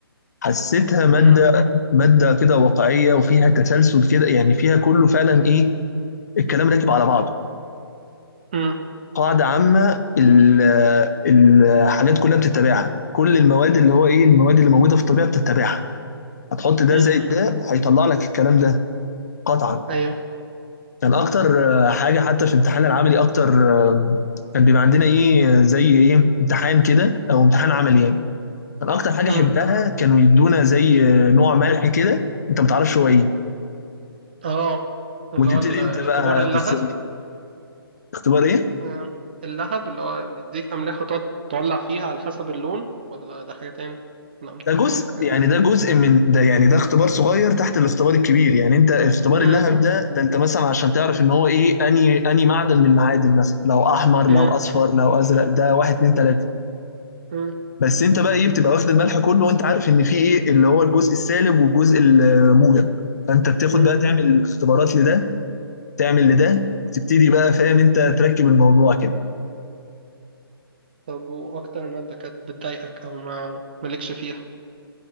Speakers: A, on the left; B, on the right.
A: حسيتها مادة
B: أمم،
A: مادة كده واقعية وفيها تسلسل كده يعني فيها كله فعلا ايه الكلام راكب على بعضه
B: أمم،
A: قاعدة عامة ال- الحاجات كلها بتتبعها كل المواد اللي هو ايه المواد اللي موجودة في الطبيعة بتتبعها هتحط ده
B: أمم،
A: زائد
B: أمم.
A: ده هيطلع لك الكلام ده قطعا
B: أيوه
A: كان اكتر آه، حاجة حتى في الامتحان العملي اكتر آه، كان بيبقى عندنا ايه آه، زي ايه امتحان كده او امتحان عملي يعني كان اكتر حاجة
B: أمم.
A: حبتها كانوا يدونا زي آه، نوع ملح كده انت ما تعرفش هو ايه
B: أه اللي
A: وتبتدي
B: هو الاختبار
A: انت بقى
B: اللهب
A: بس اختبار ايه؟
B: آه، اللهب اللي هو بيديك أملاح وتقعد تولع فيها على حسب اللون ولا ده حاجة تاني؟ لا
A: ده جزء
B: كمان حاجة
A: يعني ده جزء من ده يعني ده اختبار صغير تحت الاختبار الكبير يعني انت اختبار
B: أمم،
A: اللهب ده ده انت مثلا عشان تعرف ان هو ايه اني اني معدن من المعادن مثلا لو احمر لو
B: أمم،
A: اصفر لو ازرق ده واحد اتنين تلاته
B: أمم،
A: بس انت بقى ايه بتبقى واخد الملح كله وانت عارف ان في ايه اللي هو الجزء السالب والجزء الموجب فانت بتاخد
B: أمم.
A: بقى تعمل اختبارات لده تعمل لده وتبتدي بقى فاهم انت تركب الموضوع كده
B: طب وأكتر مادة كانت بتضايقك أو ما مالكش فيها